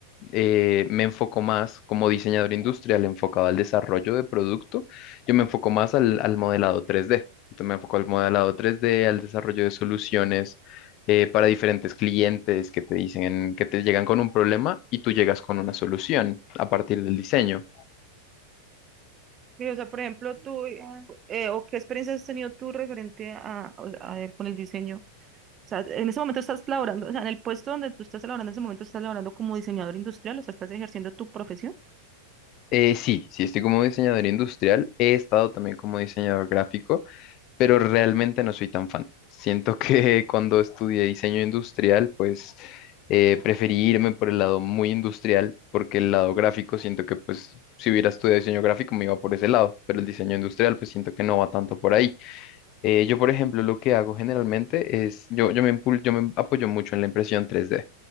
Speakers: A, on the left; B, on the right.
A: eh, me enfoco más como diseñador industrial enfocado al desarrollo de producto, yo me enfoco más al, al modelado 3D. Entonces me enfoco al modelado 3D, al desarrollo de soluciones eh, para diferentes clientes que te dicen que te llegan con un problema y tú llegas con una solución a partir del diseño.
B: Sí, O sea, por ejemplo, tú, eh, o qué experiencias has tenido tú referente a, a- a- con el diseño. sea, en ese momento estás laborando, o sea, en el puesto donde tú estás laborando, en ese momento estás laborando como diseñador industrial, o sea, estás ejerciendo tu profesión.
A: Eh, sí, sí, estoy como diseñador industrial, he estado también como diseñador gráfico. pero realmente no soy tan fan. Siento que <laughs> cuando estudié diseño industrial, pues eh, preferí irme por el lado muy industrial, porque el lado gráfico siento que pues si hubiera estudiado diseño gráfico me iba por ese lado, pero el diseño industrial pues siento que no va tanto por ahí. Eh, yo, por ejemplo, lo que hago generalmente es, yo, yo me, impul- yo me apoyo mucho en la impresión tres d